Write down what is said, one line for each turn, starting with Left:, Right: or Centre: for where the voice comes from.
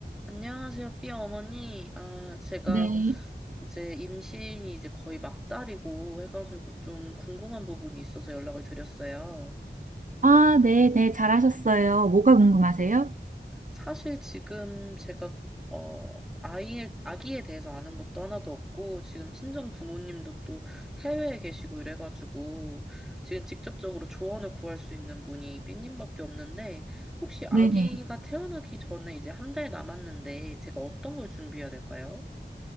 Centre: 안녕하세요, 삐 어머니. 아, 제가
Right: 네.
Centre: 이제 임신이 이제 거의 막달이고 해가지고 좀 궁금한 부분이 있어서 연락을 드렸어요.
Right: 아, 네, 네, 잘하셨어요. 뭐가 궁금하세요?
Centre: 사실 지금 제가, 어, 아이에, 아기에 대해서 아는 것도 하나도 없고, 지금 친정 부모님도 또 해외에 계시고 이래가지고, 지금 직접적으로 조언을 구할 수 있는 분이 삐님밖에 없는데, 혹시 아기가
Right: 네네.
Centre: 태어나기 전에 이제 한 달 남았는데, 제가 어떤 걸 준비해야 될까요?